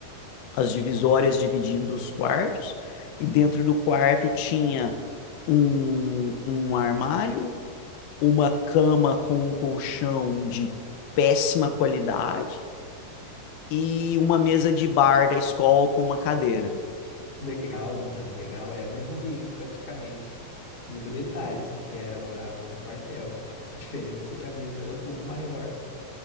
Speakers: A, on the left; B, on the left.
A: as divisórias dividindo os quartos, e dentro do quarto tinha um, um armário, uma cama com um colchão de péssima qualidade, e uma mesa de bar da escola com uma cadeira,
B: Legal, mano, legal. É o mesmo ambiente praticamente. Muda detalhes do que era morar no, no quartel, cara. A diferença é que a mesa era um pouco maior.